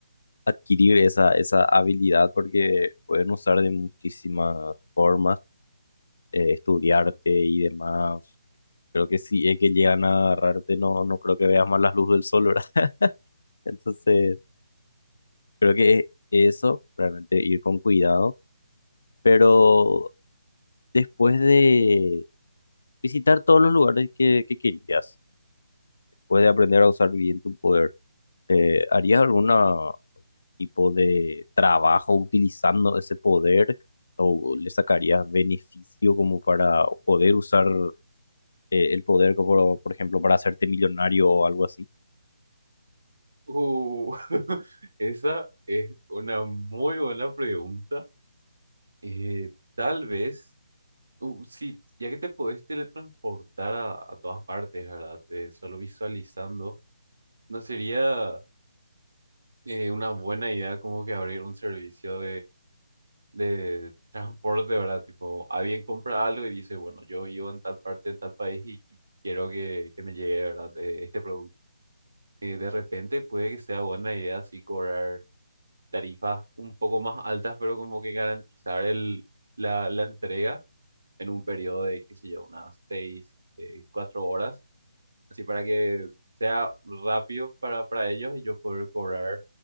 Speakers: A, on the left (about 60°); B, on the right (about 75°).
A: adquirir esa, esa habilidad, porque pueden usar de muchísimas formas, eh, estudiarte y demás. Creo que si es que llegan a agarrarte, no, no creo que veas más la luz del sol, ¿verdad? <laughs> Entonces, creo que eso, realmente ir con cuidado, pero después de visitar todos los lugares que, que querías, puedes aprender a usar bien tu poder. Eh, ¿harías algún tipo de trabajo utilizando ese poder o le sacarías beneficio como para poder usar eh, el poder, como, por ejemplo, para hacerte millonario o algo así?
B: Uh, <laughs> esa es una muy buena pregunta. Eh, tal vez, uh, sí, ya que te podés teletransportar a, a todas partes, ¿verdad? Eh, solo visualizando, ¿no sería eh, una buena idea como que abrir un servicio de transporte, ¿verdad? Tipo, alguien compra algo y dice, bueno, yo vivo en tal parte, en tal país y y quiero que, que me llegue, ¿verdad? eh, este producto. Eh, de repente puede que sea buena idea así cobrar tarifas un poco más altas, pero como que garantizar el, la, la entrega en un periodo de, qué sé yo, unas seis, eh, cuatro horas, así para que sea rápido para, para ellos y yo poder cobrar